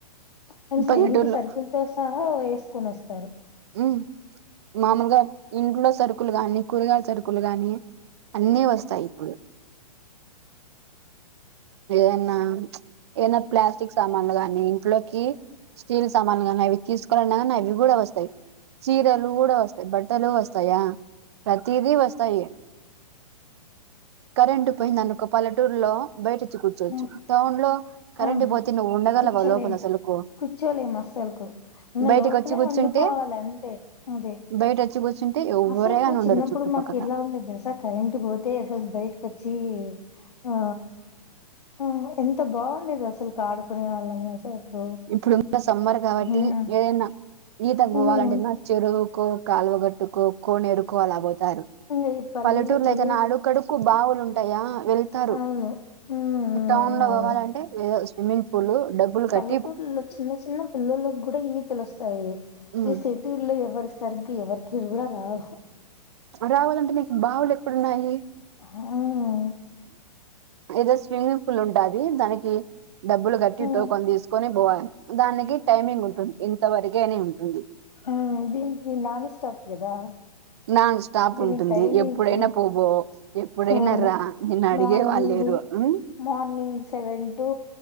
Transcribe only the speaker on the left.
కానీ
సైలెంట్ సరుకుల్ తెస్తార వేసుకొని వస్తార
అవును
అవును
కూర్చోలేం
కూర్చోలేం అస్సలుకు ఇంగ
లోపలే
ఉండిపోవాలి అంతే అదే
అసలుకు
చిన్నప్పుడు
మాకు ఎలా ఉండేదో తెలుసా కరెంట్ పోతే. అసలు బయటకు వచ్చి ఆ ఆ ఎంత బాగుండేది. అసలు ఆడుకునే వాళ్ళము అసలుకు
హ్మ్
హ్మ్
ఇంగ ఈ పల్లెలో
విలేజ్
అవును హ్మ్
అవును
పల్లెటూరులో చిన్న చిన్న పిల్లలకి కూడా ఇవి తెలుస్తాయి.
ఈ సిటీలో ఎవరి సర్గ ఎవరికిీరు కూడా కూడా రాహ
ఆ
హ్మ్
ఆ దీనికి నాన్ స్టాప్ కదా
దీనికినికి
టైమింగ్
లేదు
అవును
మార్నింగ్
eight
morning seven to